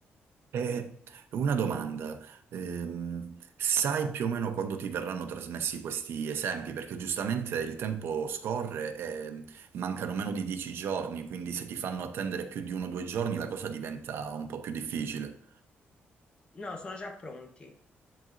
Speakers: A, on the right (about 70°); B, on the left (about 25°).
A: Eh, una domanda, Ehm, sai più o meno quando ti verranno trasmessi questi esempi? Perché giustamente il tempo scorre e mancano meno di dieci giorni, quindi se ti fanno attendere più di uno o due giorni la cosa diventa un po' più difficile.
B: No, sono già pronti.